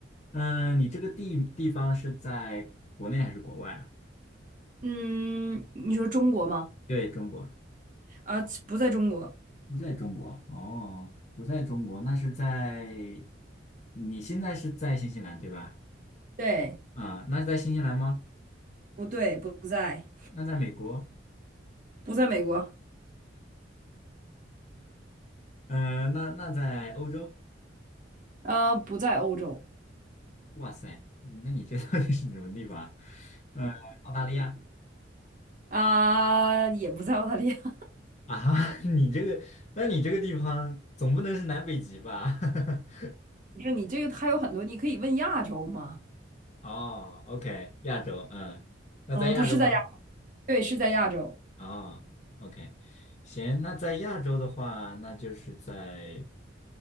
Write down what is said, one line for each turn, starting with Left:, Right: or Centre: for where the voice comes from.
Left: 嗯，你这个地地方是在国内还是国外啊？
Right: 嗯，你说中国吗？
Left: 对，中国，
Right: 啊，不在中国。
Left: 不在中国。哦，不在中国，那是在，你现在是在新西兰对吧？
Right: 对，
Left: 啊，那是在新西兰吗？
Right: 不对，不在，
Left: 那在美国？
Right: 不在美国，
Left: 嗯、那那在欧洲？
Right: 呃，不在欧洲，
Left: 哇塞，那你这到底是什么地方啊？呃，澳大利亚
Right: 啊、也不在澳大利亚。<laughs>
Left: 啊？<laughs> 你这个，那你这个地方总不能是南北极吧？<laughs>
Right: 不是你这个，还有很多，你可以问亚洲吗？
Left: 哦，OK，亚洲，嗯，那在亚洲吗？
Right: 嗯、它是在亚，对，是在亚洲，
Left: 哦，OK，行，那在亚洲的话，那就是在